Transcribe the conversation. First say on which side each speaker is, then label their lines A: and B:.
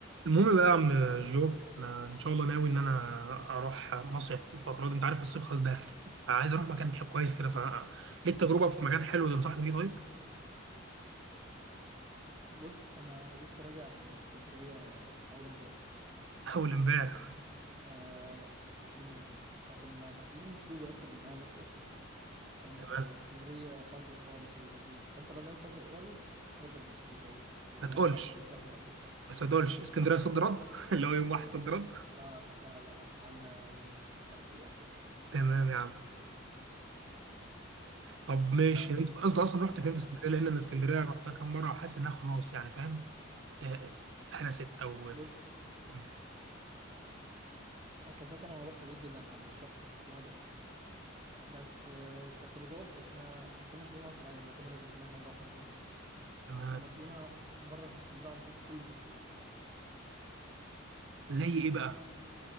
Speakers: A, on the right; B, on the right.
A: المهم بقى يا عم جو انا ان شاء الله ناوي ان انا اروح مصيف الفتره دي انت عارف الصيف خلاص داخل فعايز اروح مكان ح- كويس كده ف ليك تجربه في مكان حلو تنصحني بيه طيب
B: بص انا لسه راجع من اسكندريه اول امبارح
A: <laughs> اول امبارح
B: آه مم. فكنا داخلين خروجه اكتر من انها مصيف كانت
A: تمام
B: اسكندريه فاضيه خالص وهي لذيذه فانت لو ناوي تسافر قريب سافر اسكندريه لانها
A: ما تقولش
B: ما ف- مش زحمه قوي
A: بس ما تقولش اسكندريه صد رد <laughs> اللي هو يوم واحد صد رد
B: لا لا لا لا عندنا يومين ثلاث ايام كده
A: تمام يا عم طب ماشي
B: فكانت
A: انت قصدي اصلا رحت فين في اسكندريه لان انا اسكندريه رحتها كام مره وحاسس انها خلاص يعني فاهم آه، هرست او
B: بص
A: مم.
B: كسكن انا رحت بعيد جدا عن الشط كنت في العجمي بس آه، كخروجات احنا ما كناش بنقعد في العجمي يعتبر غير ان احنا نروح نجي
A: تمام
B: كنا مضينا بره في اسكندريه على طول في كل حته
A: زي ايه بقى